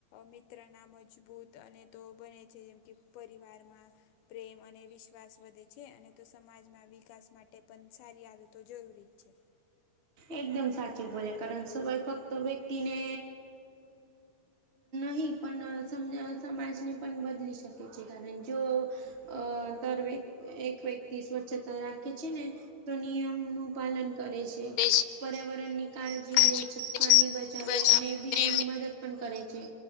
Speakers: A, on the left; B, on the right.
A: મિત્રના મજબૂત અને તો બને છે એમ કે પરિવારમાં પ્રેમ અને વિશ્વાસ વધે છે અને તો સમાજના વિકાસ માટે પણ સારી આદતો જરૂરી જ છે
B: એકદમ સાચી બોલે કારણ શું ફક્ત વ્યક્તિને નહીં પણ સમાજને પણ બદલી શકે છે કારણ જો અ દરવેક એક વ્યક્તિ સ્વચ્છતા રાખે છે ને તો નિયમનું પાલન કરે છે.
A: તે
B: પર્યાવરણ ની કાળજી
A: કાળજી
B: લે છે પાણી બચાવે
A: બચાવને
B: અને બીજાની મદદ પણ કરે છે.